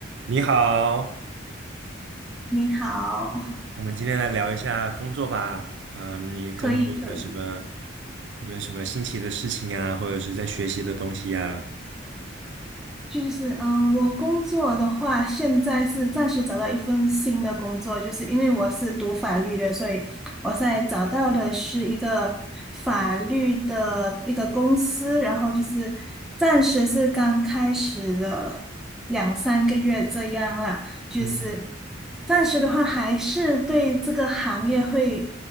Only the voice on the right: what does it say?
你好，
我们今天来聊一下工作吧。嗯，你工作有没有什么
有没有什么新奇的事情啊，或者是在学习的东西呀？
嗯